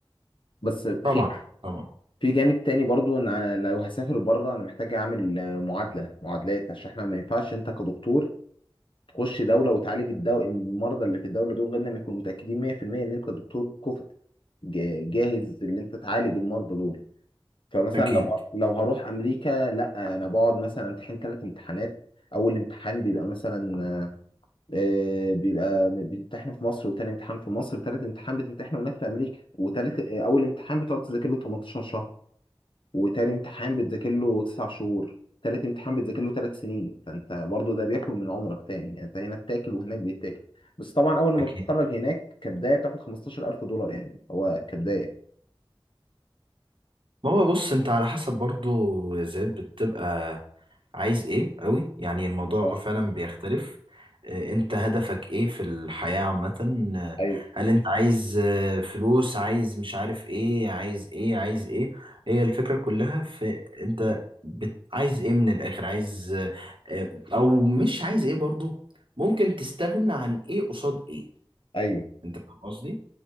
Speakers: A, on the left; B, on the right.
A: بس في
B: طبعا طبعا
A: في جانب تاني برضو ان أنا لو هسافر بره انا محتاج اعمل آه، معادله معادلات عشان احنا ما ينفعش انت كدكتور تخش دوله وتعالج الدو... المرضى اللي في الدوله دول غير لما يكونوا متاكدين 100% ان انت دكتور كفء جا- جاهز ان انت تعالج المرضى دول فمثلا
B: اكيد
A: لو لو هروح امريكا لا انا بقعد مثلا امتحن ثلاث امتحانات اول امتحان بيبقى مثلا آه، بيبقى بيمتحنوا في مصر وتاني امتحان في مصر تالت امتحان بتمتحنه هناك في امريكا وتالت آه، اول امتحان بتقعد تذاكر له 18 شهر وتاني امتحان بتذاكر له تسع شهور تالت امتحان بتذاكر له ثلاث سنين فانت برضو ده بياكل من عمرك تاني يعني انت هنا بتاكل وهناك بيتاكل بس طبعا اول ما
B: اكيد
A: بتتخرج هناك كبدايه بتاخد 15000 دولار يعني هو كبدايه
B: ما هو بص انت على حسب برضو يا زياد بتبقى عايز ايه قوي يعني الموضوع
A: اه
B: فعلا بيختلف آه، انت هدفك ايه في الحياة عامة آه،
A: ايوه
B: هل انت عايز آه، فلوس عايز مش عارف ايه عايز ايه عايز ايه هي الفكرة كلها في انت بت... عايز ايه من الاخر عايز آه، آه، او مش عايز ايه برضو ممكن تستغنى عن ايه قصاد ايه
A: ايوه
B: انت فاهم قصدي